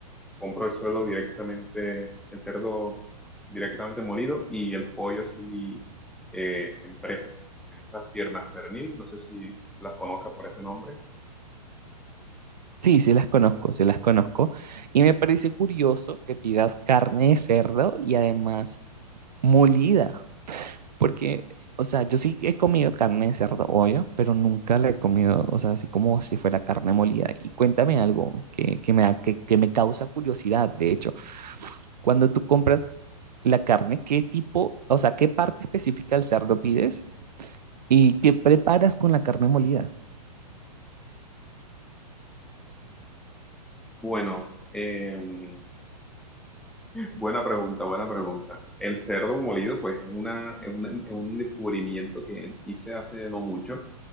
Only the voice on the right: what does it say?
Sí, sí las conozco, sí las conozco. Y me parece curioso que pidas carne de cerdo y además molida. Porque, o sea, yo sí he comido carne de cerdo, obvio, pero nunca la he comido, o sea, así como si fuera carne molida. Y cuéntame algo que, que me, da- que, que me causa curiosidad, de hecho. Cuando tú compras la carne, ¿qué tipo, o sea, qué parte específica del cerdo pides y qué preparas con la carne molida?